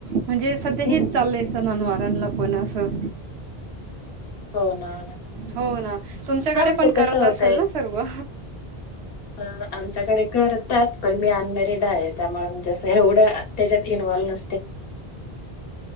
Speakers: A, on the right; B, on the left.
A: म्हणजे सध्या हेच
B: हम्म
A: चालय
B: हम्म.
A: स ननवारांला पण असं
B: हो ना हो ना
A: हो ना तुमच्याकडे
B: हा म्हणजे
A: पण करत
B: कसं
A: असेल
B: होतंय
A: ना सर्व
B: अ आमच्याकडे करतात पण मी अनमेरिड आहे त्यामुळे जस एवढं त्याच्यात